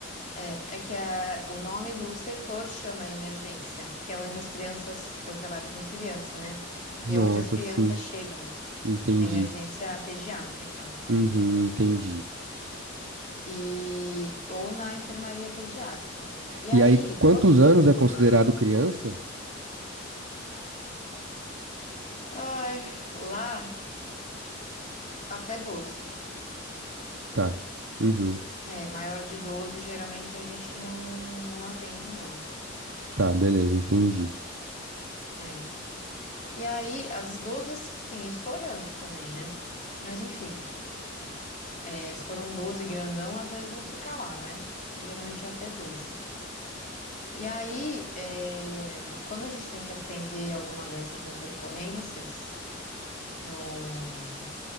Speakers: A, on the left (about 40°); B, on the right (about 70°).
A: É, é que a- o nome do setor chama emergência, que é onde as crianças, eu trabalho com criança, né?
B: Nossa,
A: E é onde as crianças
B: sim,
A: chegam,
B: entendi.
A: emergência pediátrica.
B: Uhum, entendi.
A: E, ou na enfermaria pediátrica, né? E
B: E
A: aí,
B: aí, quantos
A: quando tem
B: anos
A: alguma.
B: é considerado criança?
A: Ai, lá, até doze
B: Tá. Uhum,
A: É, maior de 12 geralmente a gente não, não atende, não.
B: tá, beleza, entendi.
A: É. E aí, às vezes 12, assim, estourando também, né? Mas enfim. É, se for um 12 grandão, às vezes não fica lá, mas geralmente é até doze E aí, é, quando a gente tem que atender alguma dessas intercorrências no,